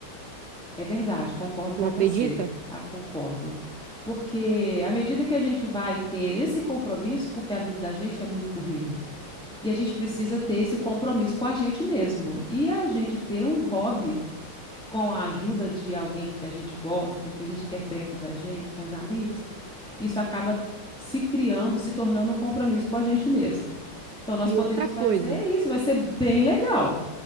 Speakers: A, in the centre; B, on the right (about 80°).
A: É verdade, concordo com
B: não acredita?
A: você. Ah, concordo. Porque à medida que a gente vai ter esse compromisso, porque a vida da gente é muito corrida, e a gente precisa ter esse compromisso com a gente mesmo. E a gente ter um hobby com a ajuda de alguém que a gente gosta, que a gente quer perto da gente, com os amigos, isso acaba se criando, se tornando um compromisso com a gente mesmo. Então, nós
B: E
A: podemos
B: outra coisa,
A: fazer isso, vai ser bem legal.